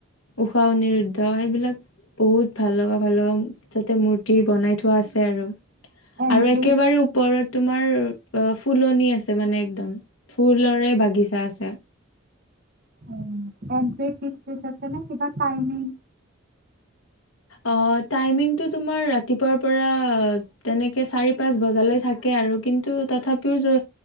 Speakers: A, on the left; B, on the right.
A: ঊষা অনৰু ধ সেইবিলাক বহুত ভাল লগা ভাল লগা যাতে মূৰ্তি বনাই থোৱা আছে আৰু।
B: এণ্ট্ৰি
A: আৰু একেবাৰে ওপৰত তোমাৰ ফুলনি আছে মানে একদম, ফুলৰে বাগিছা আছে।
B: অ এনট্ৰি ফিছ দিছতে নে কিবা টাইমিং?
A: অ টাইমিংটো তোমাৰ ৰাতিপুৱাৰ পৰা তেনেকে চাৰি পাঁচ বজালৈ থাকে আৰু কিন্তু তথাপিও যে